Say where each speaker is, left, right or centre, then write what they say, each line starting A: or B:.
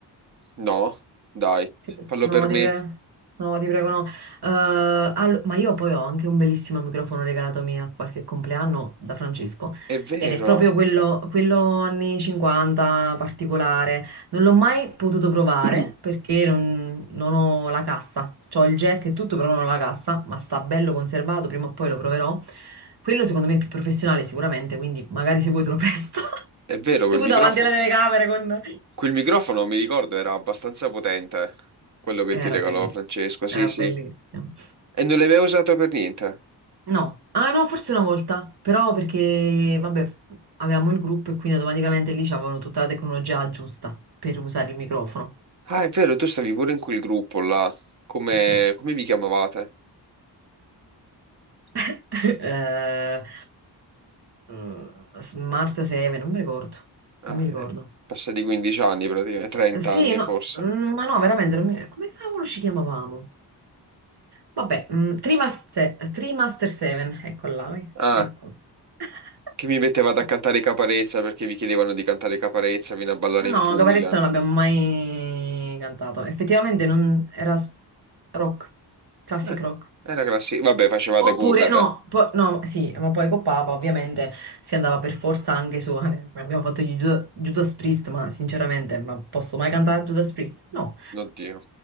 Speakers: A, on the right; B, on the right.
A: No, dai,
B: Ti-
A: fallo
B: No,
A: per me.
B: ti prego. No, ti prego, no. Eh, allo- ma io poi ho anche un bellissimo microfono regalato mio a qualche compleanno da Francesco.
A: È vero,
B: Ed è proprio quello, quello anni 50 particolare. Non l'ho mai potuto provare
A: <clears throat>
B: perché non, non ho la cassa. C'ho il jack e tutto, però non ho la cassa, ma sta bello conservato, prima o poi lo proverò. Quello secondo me è più professionale sicuramente, quindi magari se vuoi te lo presto. <laughs>
A: è vero quel
B: Tu
A: microfono.
B: davanti alla telecamera con...
A: Quel microfono, mi ricordo, era abbastanza potente. Quello che
B: Era
A: ti regalò
B: bellissimo,
A: Francesco, sì,
B: era
A: sì.
B: bellissimo.
A: E non l'hai mai usato per niente.
B: No, ah no, forse una volta, però perché, vabbè, avevamo il gruppo e quindi automaticamente lì c'avevano tutta la tecnologia giusta per usare il microfono.
A: Ah, è vero, tu stavi pure in quel gruppo là. Come,
B: Sì.
A: come vi chiamavate?
B: <laughs> Eh, mm, Smart 7, non mi ricordo,
A: Ah,
B: non mi ricordo.
A: è passati 15 anni praticamente, 30
B: Eh, Sì,
A: anni
B: no,
A: forse.
B: mm, ma no, veramente, non mi- come cavolo ci chiamavamo? Vabbè, mm, Trimaster, Trimaster 7, eccola, eh,
A: Ah.
B: ecco. <laughs>
A: Che mi mettevate a cantare i Caparezza perché vi chiedevano di cantare i Caparezza, vieni a ballare
B: No,
A: in Puglia.
B: Caparezza non l'abbiamo mai cantato. Effettivamente non era s- rock, classic
A: Eh,
B: rock.
A: era classico. Vabbè, facevate
B: Oppure,
A: cover.
B: no, po- no, sì, ma poi con Papa ovviamente si andava per forza anche su. eh, Abbiamo fatto gli Ju- Judas Priest, ma sinceramente, ma posso mai cantare Judas Priest? No.
A: Oddio.